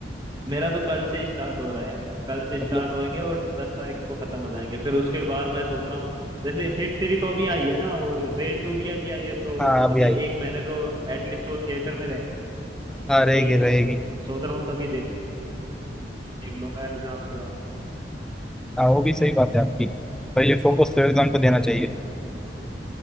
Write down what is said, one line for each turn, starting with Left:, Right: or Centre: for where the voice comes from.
Right: मेरा तो कल से स्टार्ट हो रहा है कल से स्टार्ट
Centre: मतलब
Right: होएंगे और दस तारीख को खत्म हो जाएंगे फिर उसके बाद मैं सोच रहा हूँ जैसे हिट थ्री तो अभी आई है ना और रेड टू भी अभी आई है तो
Centre: हाँ अभी
Right: अभी
Centre: आई
Right: एक महीने तो एटलीस्ट वो थिएटर में रहेंगे
Centre: हाँ रहेगी
Right: ही
Centre: रहेगी
Right: तो सोच रहा हूँ तभी देख देख लूंगा एग्जाम्स के बाद
Centre: हाँ वो भी सही बात है आपकी पहले फोकस तो एग्जाम को देना चाहिए
Right: हाँ